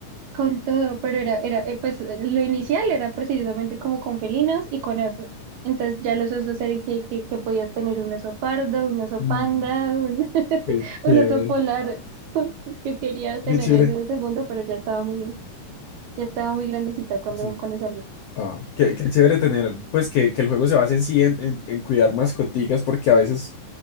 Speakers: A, on the right; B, on the left.
A: Con todo, pero era, era, eh, pues lo inicial era precisamente como con felinos y con osos. Entonces ya los osos eran que, que, que podías tener un oso pardo, un oso
B: Mm,
A: panda, un, <laughs>
B: Qué chévere.
A: un oso polar. Yo quería tener
B: Qué chévere.
A: ese segundo, pero ya estaba muy, ya estaba muy grandecita cuando,
B: Sí.
A: cuando salía.
B: Ah, qué, qué chévere tener, pues que, que el juego se base en sí en, en- en cuidar mascoticas, porque a veces